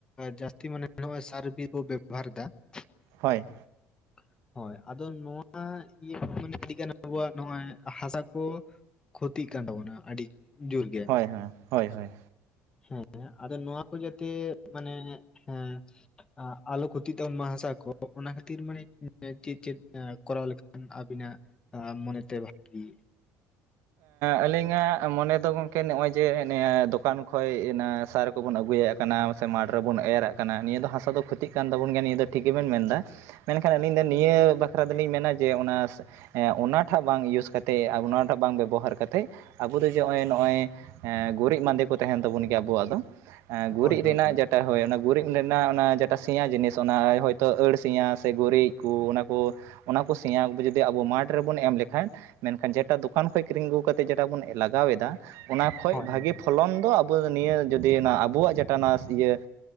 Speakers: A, on the left; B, on the right.
A: ᱡᱟᱹᱥᱛᱤ ᱢᱟ ᱱᱚᱜ ᱚᱭ ᱥᱟᱨᱵᱤ ᱵᱮ ᱵᱷᱟᱨ ᱫᱟ
B: ᱦᱳᱭ
A: <unintelligible> ᱦᱳᱭ ᱟᱫᱚ ᱱᱚᱣᱟ ᱤᱭᱟᱹ ᱢᱟᱱᱮ ᱤᱰᱤᱜᱟᱱ ᱟᱵᱚᱣᱟᱜ ᱱᱚᱜᱼᱚᱭ ᱦᱟᱥᱟ ᱠᱚ ᱠᱷᱩᱛᱤᱜ ᱠᱟᱱ ᱛᱟᱵᱚᱱᱟ ᱟᱹᱰᱤ ᱡᱳᱨ ᱜᱮ
B: ᱦᱮᱸ ᱦᱳᱭ ᱦᱳᱭ
A: ᱦᱮᱸ ᱟᱫᱚ ᱱᱚᱣᱟ ᱠᱚ ᱡᱮᱛᱮ ᱢᱟᱱᱮ ᱦᱮᱸ ᱟᱞᱚ ᱠᱷᱩᱛᱤ ᱛᱵᱚᱱ ᱢᱟ ᱦᱟᱥᱟ ᱠᱚ ᱚᱱᱟ ᱠᱷᱟᱹᱛᱤᱨ ᱠᱷᱟᱹᱛᱤᱨ ᱢᱟᱱᱮ ᱪᱮᱫ ᱪᱮᱫ ᱠᱚᱨᱟᱣ ᱞᱮᱠᱷᱟᱱ ᱟᱵᱤᱱᱟᱜ ᱢᱚᱱᱮᱛᱮ ᱵᱷᱟᱜᱤ
B: ᱟᱹᱞᱤᱧᱟᱜ ᱢᱚᱱᱮ ᱫᱚ ᱜᱚᱢᱠᱮ ᱱᱚᱜᱼᱚᱭ ᱡᱮ ᱱᱤᱭᱟᱹ ᱫᱚᱠᱟᱱ ᱠᱷᱚᱡ ᱚᱱᱟ ᱥᱟᱨ ᱠᱚᱵᱚᱱ ᱟᱹᱜᱩᱭᱟ ᱠᱟᱱᱟ ᱥᱮ ᱢᱟᱴᱷ ᱨᱮᱵᱚᱱ ᱮᱨᱟᱜ ᱠᱟᱱᱟ ᱱᱤᱭᱟᱹ ᱫᱚ ᱦᱟᱥᱟ ᱫᱚ ᱠᱷᱩᱚᱛᱜ ᱠᱟᱱ ᱛᱟᱵᱚᱱ ᱜᱮᱭᱟ ᱱᱤᱭᱟᱹ ᱫᱚ ᱴᱷᱤᱠ ᱜᱮᱵᱮᱱ ᱢᱮᱱᱫᱟ᱾ ᱢᱮᱱᱠᱷᱟᱱ ᱟᱹᱞᱤᱧ ᱫᱚ ᱱᱤᱭᱟᱹ ᱵᱟᱠᱷᱨᱟ ᱫᱚᱞᱤᱧ ᱢᱮᱱᱟ ᱡᱮ ᱚᱱᱟ ᱚᱱᱟᱴᱷᱟᱜ ᱵᱟᱝ ᱤᱭᱩᱥ ᱠᱟᱛᱮᱮᱫ ᱚᱱᱟᱴᱟᱜ ᱵᱟᱝ ᱵᱮᱵᱚᱦᱟᱨ ᱠᱟᱛᱮᱜ ᱟᱵᱚ ᱫᱚ ᱡᱮ ᱱᱚᱜᱼᱚᱭ ᱱᱚᱜᱼᱚᱭ ᱜᱩᱨᱤᱡ ᱵᱟᱟᱸᱫᱮ ᱠᱚ ᱛᱟᱦᱮᱱ ᱛᱟᱵᱚᱱ ᱜᱮᱭᱟ ᱟᱵᱚᱣᱟᱜ ᱫᱚ ᱜᱩᱨᱤᱡ
A: ᱦᱳᱭ ᱦᱳᱭ
B: ᱨᱮᱱᱟᱜ ᱡᱮᱴ ᱴᱟ ᱦᱳᱭ ᱚᱱᱟ ᱜᱩᱨᱤᱡ ᱨᱮᱱᱟᱜ ᱚᱱᱟ ᱡᱮᱴᱟ ᱥᱮᱭᱟ ᱡᱤᱱᱤᱥ ᱚᱱᱟ ᱦᱚᱳᱭᱛᱳ ᱟᱹᱬ ᱥᱮᱭᱟ ᱥᱮ ᱜᱩᱨᱤᱡ ᱠᱩ ᱚᱱᱟ ᱠᱚ ᱚᱱᱟ ᱠᱚ ᱥᱮᱭᱟ ᱡᱩᱫᱤ ᱟᱵᱚ ᱢᱟᱴᱷ ᱨᱮᱵᱚᱱ ᱮᱢ ᱞᱮᱠᱷᱟᱱ ᱢᱮᱱᱠᱷᱟᱱ ᱡᱮᱴᱟ ᱫᱚᱠᱟᱱ ᱫᱚᱠᱟᱱ ᱠᱷᱚᱱ ᱠᱤᱨᱤᱧ ᱟᱹᱜᱩ ᱠᱟᱛᱮ ᱡᱮᱴᱟ ᱵᱚᱱ ᱞᱟᱜᱟᱣ ᱮᱫᱟ ᱚᱱᱟ ᱠᱷᱚᱱ
A: ᱦᱳᱭ
B: ᱵᱷᱟᱹᱜᱤ
A: ᱦᱳᱭ ᱦᱳᱭ
B: ᱯᱷᱚᱞᱚᱱ ᱫᱚ ᱟᱵᱚ ᱟᱚ ᱱᱤᱭᱟᱹ ᱡᱩᱫᱤ ᱚᱱᱟ ᱟᱵᱚᱣᱟᱜ ᱡᱮᱴᱟᱟᱱᱟ ᱤᱭᱟᱹ